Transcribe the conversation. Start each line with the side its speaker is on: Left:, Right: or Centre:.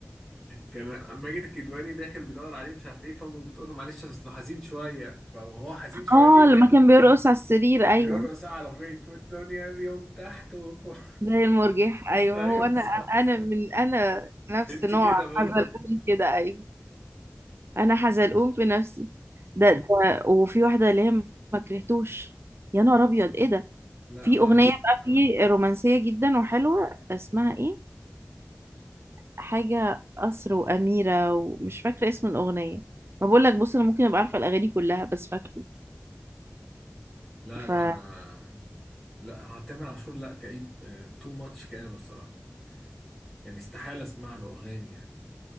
Centre: كان ماجد الكدواني داخل بيدور عليه مش عارف ايه فامه بتقول له معلش اصله حزين شويه فهو حزين شويه
Right: اه
Centre: دي
Right: لما
Centre: كان
Right: كان بيرقص على السرير ايوه
Centre: بيرقص على اغنيه والدنيا يوم تحت وفوق
Right: زي المرجح
Centre: <laughs>
Right: ايوه
Centre: ايوه
Right: هو انا
Centre: صح
Right: انا من انا نفس
Centre: انت
Right: نوع
Centre: كده برضه
Right: حزلقوم كده ايوه انا حزلقوم في نفسي ده ده وفي واحده اللي هي ما كرهتوش يا نهار ابيض ايه ده
Centre: لا
Right: في
Centre: بس
Right: اغنيه بقى في رومانسيه جدا وحلوه اسمها ايه حاجه قصر واميره ومش فاكره اسم الاغنيه ما بقول لك بص انا ممكن ابقى عارفه الاغاني كلها بس فاكره
Centre: لا
Right: فعلى
Centre: لا انا لا تامر عاشور لا كئيب تو ماتش كئيب الصراحه يعني استحالة اسمع له اغاني يعني